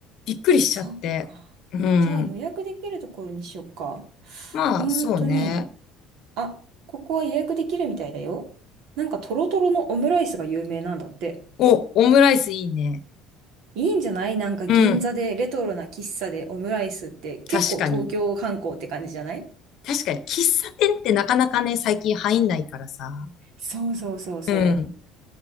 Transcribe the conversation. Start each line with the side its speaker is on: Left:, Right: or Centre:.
Left: びっくりしちゃって。
Right: そっか。
Left: うん。
Right: じゃあ予約できるところにしようか。
Left: まあ、
Right: うーんとね、
Left: そうね。
Right: あ、ここは予約できるみたいだよ。なんかトロトロのオムライスが有名なんだって。
Left: お、オムライスいいね。
Right: いいんじゃないなんか銀座でレトロな喫茶でオムライスって結構東京観光って感じじゃない
Left: うん。確かに。確かに、喫茶店ってなかなかね、最近入んないからさ。
Right: そうそうそうそう。
Left: うん。